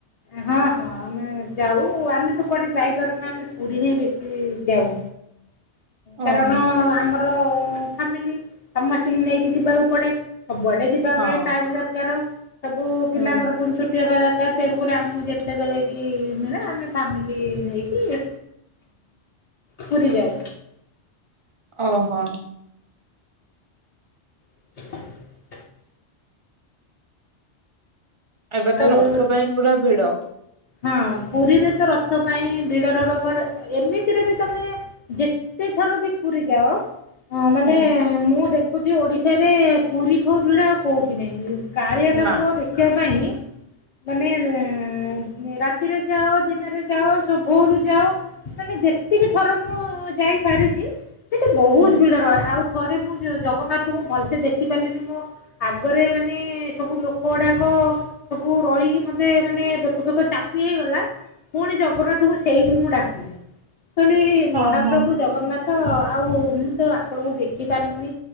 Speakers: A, on the left; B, on the right.
A: ହଁ ହଁ ଆମେ ଯାଉ ଆମେ ତ କୁଆଡେ ଯାଇପାରୁନା ଆମେ ପୁରୀ ହିଁ ବେଶୀ ଯାଉ। କାରଣ
B: ଓହୋ
A: ଆମର ଫାମିଲି ସମସ୍ତଙ୍କୁ ନେଇକି ଯିବାକୁ ପଡେ ସବୁଆଡେ ଯିବା
B: ହଁ
A: ପାଇଁ ଟାଇମ ଦରକାର ସବୁ ପିଲାଙ୍କର
B: ହୁଁ
A: ପୁଣି ଛୁଟି ହବା ଦରକାର ତେଣୁକରି ଆମକୁ ଯେତ ଜେତେବେଳେ କି ମିଳେ ଆମେ ଫାମିଲି ନେଇକି ପୁରି ଯାଉ।
B: ଓ ହୋ।
A: <unintelligible>
B: ଏବେ
A: ଆଉ
B: ତ ରଥ ପାଇଁ ପୁରା ଭିଡ।
A: ହଁ ପୁରୀରେ ତ ରଥ ପାଇଁ ଭିଡ଼ ରହିବ। ବ ଏମିତିରେ ବି ତମେ- ଯେତେ ଥର ବି ପୁରୀ ଯାଅ। ହଁ ମାନେ
B: ହୁଁ।
A: ମୁଁ ଦେଖୁଛି ଓଡିଶାରେ ପୁରୀ ପୁରୀଠୁ ଭିଡ ଆଉ କୋଉଠି ନାହିଁ। କାଳିଆ ଠାକୁର
B: ନା
A: ଦେଖିବା ପାଇଁ ମାନେ- ରାତିରେ ଯାଅ ଦିନରେ ଯାଅ ସ ଭୋରରୁ ଯାଅ। ମାନେ ଯେତିକି ଥର ମୁଁ ଯାଇ ସାରିଛି ସେଠି ବହୁତ
B: ହୁଁ।
A: ଭିଡ ରହେ ଆଉ - ଥରେ ମୁଁ ଜଗନ୍ନାଥଙ୍କୁ ଭଲସେ ଦେଖିପାରିଲିନି ମୁଁ। ଆଗରେ ମାନେ ସବୁ ଲୋକ ଗୁଡାକ ସବୁ ରହିକି ମତେ ମାନେ। ମୋ ପୁଅ ଚାପି ହେଇଗଲା। ପୁଣି ଜଗନ୍ନାଥଙ୍କୁ ସେଇଠି ମୁଁ ଡାକିଲି। କହିଲି- ମହାପ୍ରଭୁ
B: ଓହୋ
A: ଜଗନ୍ନାଥ ଆଉ ମୁଁ ତ ଆପଣଙ୍କୁ ଦେଖିପାରିଲିନି।